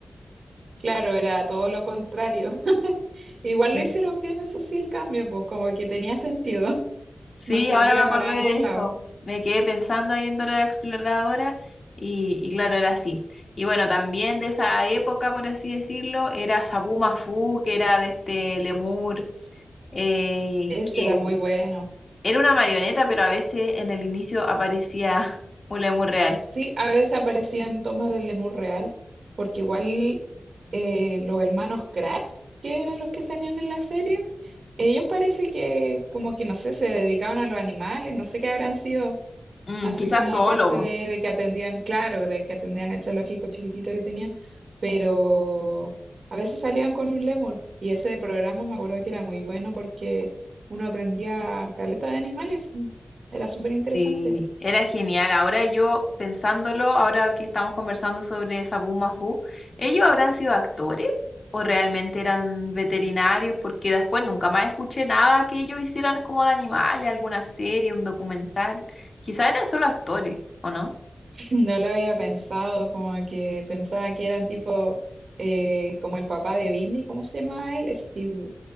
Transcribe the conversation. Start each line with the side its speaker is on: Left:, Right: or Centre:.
Right: claro, era todo lo contrario. <laughs> Igual
Left: Sí.
Right: lo hicieron bien, eso sí, el cambio, pues como que tenía sentido. <laughs>
Left: Sí,
Right: Nos servía
Left: ahora me acordé
Right: para
Left: de
Right: ambos
Left: eso.
Right: lados.
Left: Me quedé pensando ahí en Dora la Exploradora y, y claro, era así. Y bueno, también de esa época, por así decirlo, era Sabu Mafu, que era de este Lemur, eh,
Right: Ese
Left: que
Right: era muy bueno.
Left: era una marioneta, pero a veces en el inicio aparecía un Lemur real.
Right: Sí, a veces aparecían tomas del Lemur real, porque igual eh, los hermanos Kratt, que eran los que salían en la serie, ellos parece que como que no sé, se dedicaban a los animales, no sé qué habrán sido,
Left: Mm,
Right: así
Left: quizás
Right: como
Left: zoólogo.
Right: aparte de, de que atendían, claro, de que atendían el zoológico chiquitito que tenían, pero a veces salían con un Lemur y ese de programa me acuerdo que era muy bueno porque uno aprendía caleta de animales, era súper interesante.
Left: Sí, era genial. Ahora yo pensándolo, ahora que estamos conversando sobre Sabu Mafu, ¿ellos habrán sido actores o realmente eran veterinarios? Porque después nunca más escuché nada que ellos hicieran como de animales, alguna serie, un documental. Quizás eran solo actores, ¿o no?
Right: No lo había pensado, como que pensaba que eran tipo eh, como el papá de Bindi, ¿cómo se llamaba él? Steve,